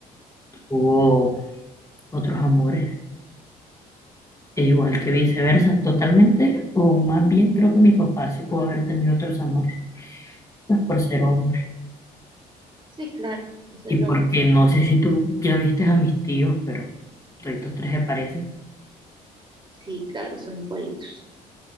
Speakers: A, on the left (about 15°); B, on the right (about 25°).
A: tuvo otros amores, e igual que viceversa, totalmente, o más bien creo que mi papá sí pudo haber tenido otros amores, pues por ser hombre,
B: sí, claro, entonces
A: y porque
B: lo,
A: no sé si tú ya viste a mis tíos, pero todos tres se parecen,
B: sí, claro, son igualitos.